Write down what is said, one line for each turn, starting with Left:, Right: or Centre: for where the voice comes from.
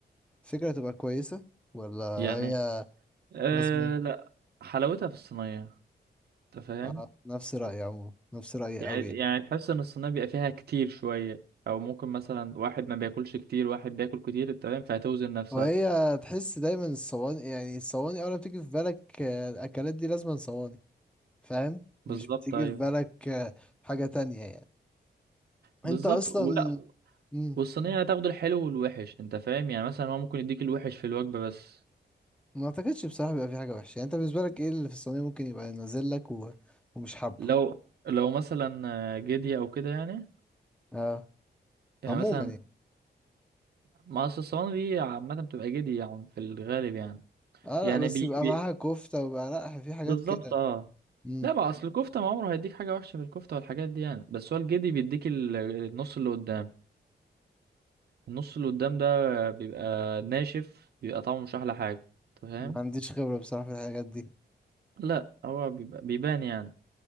Centre: فكرة تبقى كويسة ولا
Right: يعني
Centre: هي
Right: آه
Centre: لازم
Right: لا حلاوتها في الصينيه انت فاهم
Centre: اه نفس رأيي عموما نفس رأيي
Right: يعني
Centre: قوي يعني.
Right: يعني تحس ان الصينيه بيبقى فيها كتير شويه او ممكن مثلا واحد ما بياكلش كتير واحد بياكل كتير انت فاهم فهتوزن نفسها
Centre: وهي تحس دايما الصواني يعني الصواني اول ما بتيجي في بالك آه، الاكلات دي لازم صواني فاهم
Right: بالظبط
Centre: مش بتيجي
Right: ايوه
Centre: في بالك آه، حاجة تانية يعني
Right: بالظبط
Centre: انت اصلا
Right: ولا
Centre: مم.
Right: والصينيه هتاخد الحلو والوحش انت فاهم يعني مثلا هو ممكن يديك الوحش في الوجبه بس
Centre: ما اعتقدش بصراحه بيبقى في حاجه وحشه يعني انت بالنسبه لك ايه اللي في الصينيه ممكن يبقى نازل لك و... ومش حابه
Right: لو لو مثلا آه، جدي او كده يعني
Centre: اه
Right: يعني
Centre: عموما
Right: مثلا
Centre: يعني
Right: ما اصل الصواني دي عامة بتبقى جدي يعني في الغالب يعني
Centre: اه
Right: يعني
Centre: لا بس
Right: بي...
Centre: يبقى
Right: بي...
Centre: معاها كفته ويبقى لا في حاجات
Right: بالظبط
Centre: كده
Right: اه
Centre: مم.
Right: لا بقى اصل الكفتة ما عمره هيديك حاجة وحشة في الكفتة والحاجات دي يعني بس هو الجدي بيديك ال- النص اللي قدام النص اللي قدام ده بيبقى ناشف بيبقى طعمه مش أحلى حاجة أنت فاهم
Centre: ما عنديش خبره بصراحه في الحاجات دي
Right: لا هو بيبقى بيبان يعني